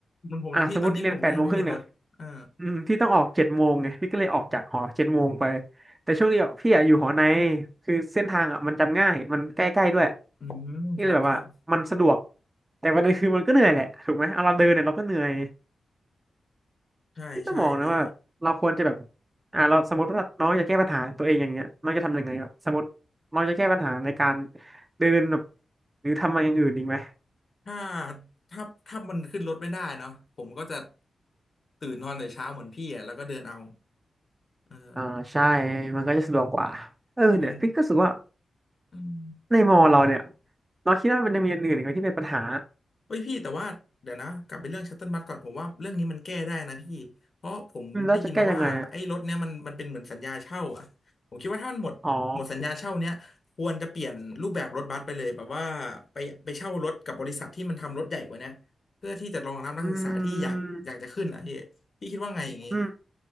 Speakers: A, on the left; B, on the right.
A: มันผมเลยพี่ตอนนี้ผมก็ยังไม่มีรถอ่า
B: อ่ะสมมติเรียนแปดโมงครึ่งเนี่ยอืมพี่ต้องออกเจ็ดโมงไงพี่ก็เลยออกจากหอเจ็ดโมงไปแต่ช่วงนี้อะพี่อะอยู่หอในคือเส้นทางอ่ะมันจำง่ายมันใกล้ๆด้วย
A: อืมครับครับ
B: นี่เลยแบบว่ามันสะดวกแต่ประเด็นคือมันก็เหนื่อยแหละถูกไหมเอาเราเดินเนี่ยเราก็เหนื่อย
A: ใช่ใช่พี่
B: พี่ก็มองนะว่าแบบเราควรจะแบบอ่าเราสมมติว่าน้องจะแก้ปัญหาตัวเองอย่างเงี้ยน้องจะทำยังไงครับสมมติน้องจะแก้ปัญหาในการเดินแบบหรือทำอะไรอย่างอื่นอีกไหม
A: ถ้าถ้าถ้ามันขึ้นรถไม่ได้เนาะผมก็จะตื่นนอนแต่เช้าเหมือนพี่อ่ะแล้วก็เดินเอาเออ
B: อ่าใช่มันก็จะสะดวกกว่าเออเนี่ยพี่ก็รู้สึกว่า
A: แต่ผมอืม
B: ในมอเราเนี่ยเราคิดว่ามันยังมีอย่างอื่นอีกไหมที่เป็นปัญหา
A: เฮ้ยพี่แต่ว่าเดี๋ยวนะกลับไปเรื่องชัตเติลบัสก่อนผมว่าเรื่องนี้มันแก้ได้นะพี่เพราะผมได้ยินมาว่าไอ้รถเนี้ยมันมันเป็นเหมือนสัญญาเช่าอ่ะผมคิดว่าถ้ามันหมดหมดสัญญาเช่าเนี้ยควรจะเปลี่ยนรูปแบบรถบัสไปเลยแบบว่าไปไปเช่ารถกับบริษัทที่มันทำรถใหญ่กว่าเนี้ยเพื่อที่จะรองรับนักศึกษาที่อยากอยากจะขึ้นอ่ะพี่พี่คิดว่าไงอย่างนี้
B: อืมแล้วจะแก้ยังไงอะอ๋ออืมอืม